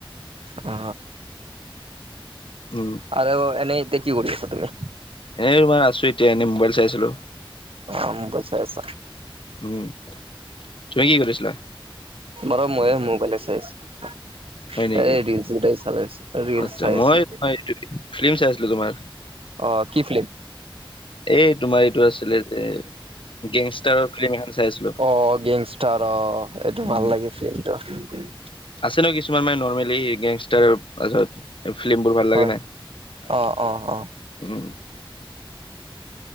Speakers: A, on the right; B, on the left.
A: অ।
B: উম।
A: আৰু এনে এতিয়া কি কৰি আছা তুমি।
B: এ ৰবা আছো এতিয়া এনে মোবাইল চাইছিলো।
A: অ মোবাইল চাই আছা।
B: উম তুমি কি কৰিছিলা।
A: মৰম মইয়ে মোবাইলে চাই আছিলো।
B: হয় নেকি
A: এ ৰিল চিল বিলাক চাই আছিলো ৰিল
B: আচ্ছা
A: চাই
B: মই
A: আছো।
B: ফিল্ম চাই আছিলো তোমাৰ।
A: অ কি ফিল্ম।
B: এই তোমাৰ এইটো আছিলে যে গেংষ্টাৰৰ ফিল্ম এখন চাইছো। <unintelligible>
A: অ! গেংষ্টাৰৰ অ এইটো
B: উম
A: ভাল লাগে ফিল্মটো। <inaudible>
B: আছে ন কিছুমান মানে নৰ্মেলি গেংষ্টাৰৰ পাছত। <unintelligible> ফিল্মবোৰ ভাল
A: হয়,
B: লাগে নাই?
A: অ'
B: উম!
A: অ' অ'।
B: <inaudible>